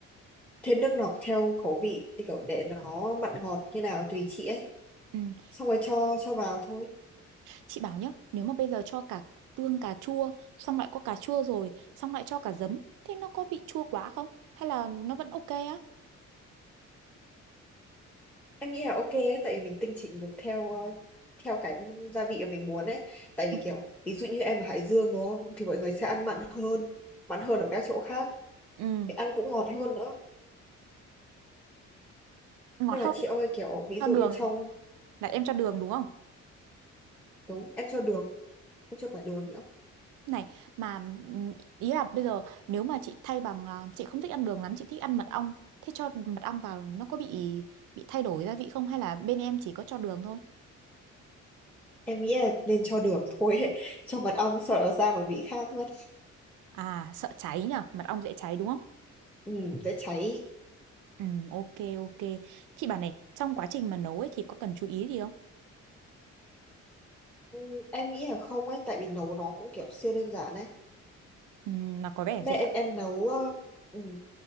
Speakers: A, in the centre; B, on the right.
A: thêm nước lọc theo khẩu vị thì kiểu để nó mặn ngọt như nào tùy chị ấy
B: Ừ.
A: xong rồi cho cho vào thôi
B: Chị bảo nhá, nếu mà bây giờ cho cả tương cà chua, xong lại có cà chua rồi, xong lại cho cả giấm, thế nó có bị chua quá không? Hay là nó vẫn ok á?
A: em nghĩ là ok ấy, tại vì mình tinh chỉnh được theo ờ, theo cái gia vị mà mình muốn ấy tại vì
B: Ừ.
A: kiểu ví dụ như em ở Hải Dương đúng không thì mọi người sẽ ăn mặn hơn mặn hơn ở các chỗ khác
B: Ừ,
A: Thì ăn cũng ngọt hơn nữa
B: ngọt
A: Nhưng
B: hơn,
A: mà chị ơi kiểu ví
B: cho
A: dụ
B: đường,
A: như trong
B: là em cho đường đúng không?
A: đúng em cho đường em cho cả đường nữa
B: Này, mà ừm, ý là bây giờ nếu mà chị thay bằng, à, chị không thích ăn đường lắm, chị thích ăn mật ong, thế cho mật ong vào nó có bị bị thay đổi gia vị không? Hay là bên em chỉ có cho đường thôi?
A: em nghĩ là nên cho đường thôi ấy. <laughs> cho mật ong sợ nó ra mà vị khác mất
B: À, sợ cháy nhỉ, mật ong dễ cháy đúng không?
A: ừ, dễ cháy
B: Ừ, ok, ok. Chị bảo này, trong quá trình mà nấu ấy thì có cần chú ý gì không?
A: ừ, em nghĩ là không ấy tại vì nấu nó cũng kiểu siêu đơn giản ấy
B: Ừ, mà có vẻ
A: mẹ
B: rẻ.
A: em, em nấu ờ, ừ,